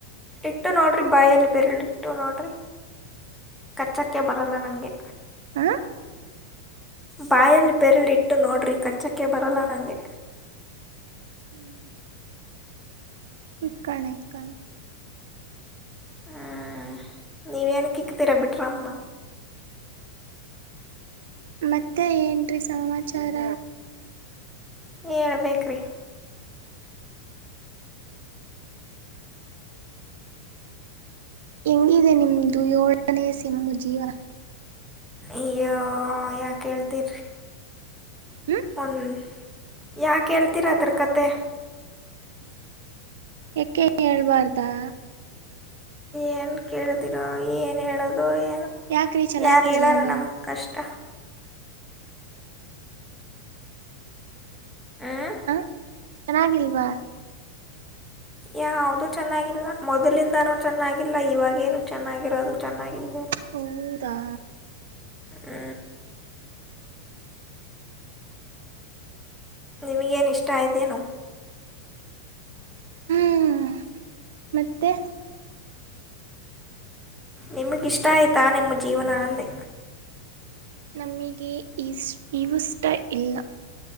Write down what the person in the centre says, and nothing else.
ಇಟ್ಟು ನೋಡ್ರಿ ಬಾಯಲ್ಲಿ ಬರಲ್ ಇಟ್ಟು ನೋಡ್ರಿ ಕರ್ಚಕ್ಕೆ ಬರಲ್ಲ ನಂಗೆ
ಬಾಯಲ್ ಬೆರಳ ಇಟ್ಟು ನೋಡ್ರಿ ಕಚ್ಚಕ್ಕೆ ಬರಲ್ಲ ನಂಗೆ
ಹ ನೀವನಕಿಕ್ಕ ತಿರಬಿಟರಮ್ಮ
ಹಏಳ್ಬೇಕು್ರೀ
ಈ ಯಾ ಹೇಳ್ತರಿಿ
ಒನ್ ಯಾೇಳ್ತೀರಾದರಕತೆೆ
ಏನ್ ಕೇಳಿದಿರೋ ಏನ್ ಹೇಳೋದು ಏನ್
ಯಾರು ಹೇಳಲ್ಲ ನಮ್ ಕಷ್ಟ ಹ್ಞೂ
ಯಾವದುೂ ಚೆನ್ನಾಗಿಲ್ಲ ಮೊದ್ಲಿಂದಾನೂ ಚೆನ್ನಾಗಿಲ್ಲ ಇವಾಗೇನು ಚೆನ್ನಾಗಿರೋದು ಚೆನ್ನಾಗಿಲ್ದೆೇ
ಆ ನಿಮಗೇನು ಇಷ್ಟ ಆಯತೇನುೋ
ನಿಮಗಿಷ್ಟ ಆಯತಾ ನಿಮ್ಮ ಜೀವನ ಅಂದೆ